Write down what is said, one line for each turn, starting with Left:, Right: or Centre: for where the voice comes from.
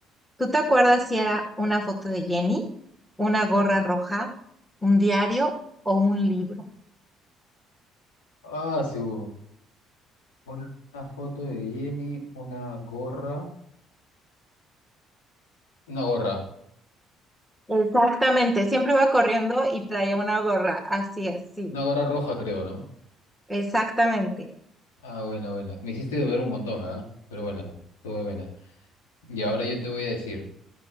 Centre: ¿Tú te acuerdas si era una foto de Jenny, una gorra roja, un diario o un libro?
Left: ah, sí, hubo una, una foto de Jenny, una gorra. Una gorra,
Centre: Exactamente, siempre iba corriendo y traía una gorra, así es, sí.
Left: una gorra roja, creo, ¿no?
Centre: Exactamente.
Left: Ah, buena, buena. Me hiciste dudar un montón, ¿verdad? Pero bueno, estuvo buena. Y ahora yo te voy a decir,